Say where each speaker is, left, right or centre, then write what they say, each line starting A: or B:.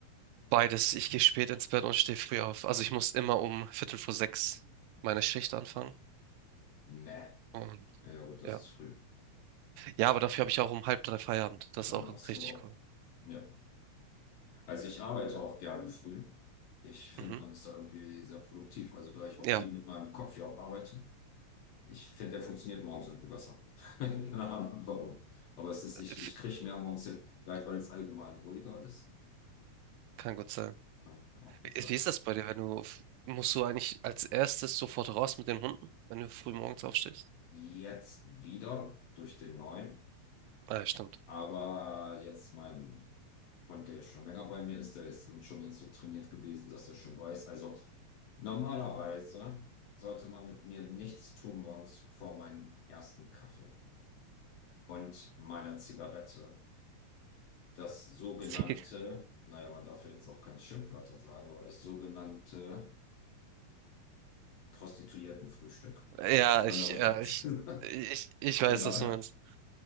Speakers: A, on the right; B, on the left.
A: Beides, ich gehe spät ins Bett und stehe früh auf. Also ich muss immer um Viertel vor sechs meine Schicht anfangen.
B: Nee.
A: Und
B: Ja, ja, gut, das
A: ja.
B: ist früh.
A: Ja, aber dafür habe ich auch um halb drei Feierabend. Das
B: Dann
A: ist auch
B: hast
A: richtig
B: du auch.
A: cool.
B: Ja. Also ich arbeite auch gerne früh. Ich finde,
A: Mhm.
B: man ist da irgendwie sehr produktiv. Also da ich auch
A: Ja,
B: viel mit meinem Kopf ja auch arbeite, Ich finde, der funktioniert morgens irgendwie besser. <laughs> Keine Ahnung, warum. Aber es ist, ich,
A: f-
B: ich kriege mehr morgens hin. Vielleicht, weil es allgemein ruhiger ist.
A: kann gut sein.
B: Ja, kann auch gut sein.
A: Wie ist das bei dir, wenn du, f- musst du eigentlich als erstes sofort raus mit den Hunden, wenn du früh morgens aufstehst?
B: Jetzt wieder durch den neuen.
A: Ah, ja, stimmt.
B: Aber jetzt mein Hund, der schon länger bei mir ist, der ist dann schon jetzt so trainiert gewesen, dass er schon weiß. Also normalerweise sollte man mit mir nichts tun morgens vor meinem ersten Kaffee und meiner Zigarette. das sogenannte,
A: <laughs>
B: naja, man darf ja jetzt auch keine Schimpfwörter sagen, aber das sogenannte Prostituiertenfrühstück,
A: Ja,
B: um nicht das andere
A: ich, ja,
B: Wort
A: ich,
B: zu sagen.
A: ich,
B: <laughs>
A: ich weiß,
B: Genau.
A: was du meinst.